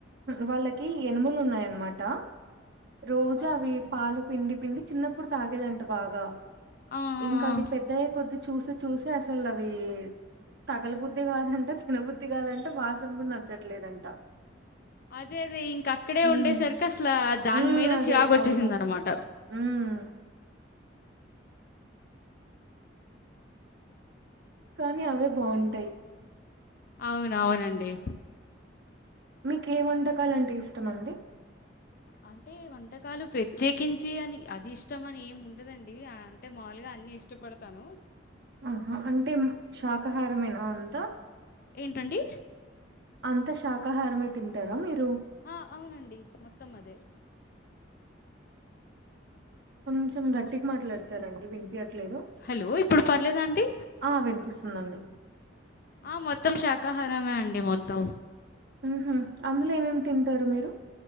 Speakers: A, on the right; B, on the left.
A: వాళ్ళకి ఎనుములు ఉన్నాయన్నమాట రోజు
B: ఆహా!
A: అవి పాలు పిండి పిండి చిన్నప్పుడు తాగేదంట బాగా
B: ఆ! ఆ!
A: ఇంకా
B: ఆ!
A: అవి పెద్దయ్య కొద్ది చూస చూసి అసలు అవి సగల బుద్ధి కాదంటే తినబుద్ధి కాదంటే వాసన కూడా నచ్చట్లేదంట
B: అదే అదే ఇంక అక్కడే
A: ఉమ్
B: ఉండే సరికి అసలు దాని
A: ఉమ్
B: మీద
A: అదే
B: చిరాగ వచ్చేసింది
A: అవును
B: అనమాట
A: ఉమ్ కానీ అవే బాగుంటాయి
B: అవున అవునండి
A: మీకు ఏ వంటకాలు అంటే ఇష్టమ అండి
B: అంటే వంటకాలు ప్రత్యేకించి అని అది ఇష్టం అని ఏమి ఉండదండి అంటే మాములుగా అన్నిీ ఇష్టపడతాను
A: ఆహా అంటే శాకాహారమేనా అంతా
B: ఏంటండి
A: అంత శాకాహారమే తింటారా మీరు
B: ఆ అవునండి మొత్తం అదే
A: కొంచెం గట్టికి మాట్లాడతారండి వింట ట్లేదు
B: హలో! ఇప్పుడు పర్లేదా అండి?
A: ఆ వినిపిస్తుందండి
B: ఆ మొత్తం శాకాహారమే అండి మొత్తం
A: ఉహ అందులో ఏమేమి తింటారు మీరు